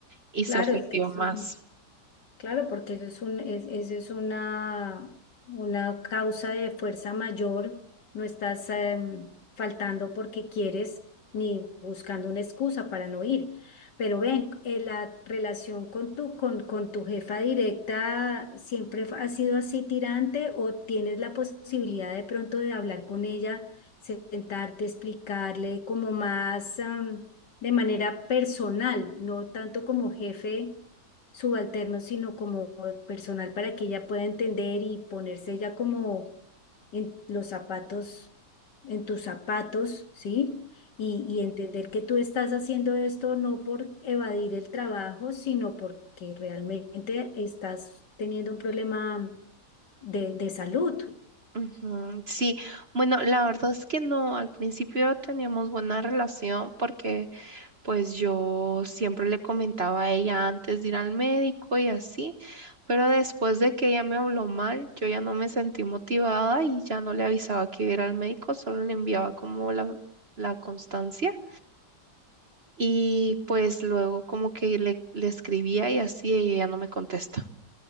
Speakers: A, on the right (about 40°); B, on the left (about 75°).
A: Y
B: Claro,
A: se ofendió
B: es que eso
A: más.
B: es. Claro, porque eso es un, es, eso es una, una causa de fuerza mayor, no estás em, faltando porque quieres ni buscando una excusa para no ir. Pero ven, eh, la relación con tu, con, con tu jefa directa siempre ha sido así tirante o tienes la posibilidad de pronto de hablar con ella, sentarte, explicarle como más am, de manera personal, no tanto como jefe subalternos, sino como personal para que ella pueda entender y ponerse ya como en los zapatos, en tus zapatos, ¿sí? Y, y entender que tú estás haciendo esto no por evadir el trabajo, sino porque realmente estás teniendo un problema de, de salud.
A: Ujú, Sí, bueno, la verdad es que no, al principio teníamos buena relación porque pues yo siempre le comentaba a ella antes de ir al médico y así, pero después de que ella me habló mal, yo ya no me sentí motivada y ya no le avisaba que iba a ir al médico, solo le enviaba como la, la constancia y pues luego como que le, le escribía y así y ella no me contesta.